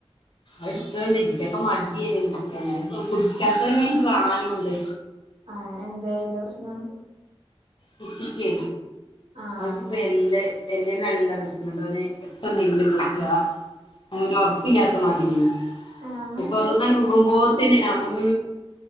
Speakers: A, on the left; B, on the right.
A: അ ഇണ്ട് ഇരിക്കൊക്കെ മടിയല്ല നി <inaudible> കുടിക്കാത്തതിന് കാണാനുംണ്ട്
B: ആഹ എന്താ എന്താ പ്രശ്നം
A: കുട്ടിക്ക
B: ആ
A: അവക്കിപ്പ
B: അങ്ങനെ
A: എല്ല നല്ല പ്രശ്നുണ്ട് അവനെ പെട്ടും എല്ല് പൊട്ടുക ഉറപ്പില്ലാത്ത മാതിരി
B: ആ അങ്ങനെണ്ട്
A: ഇപ്പൊന്നാണ്
B: അപ്പൊ
A: വികുമ്പോത്തിന് ഉ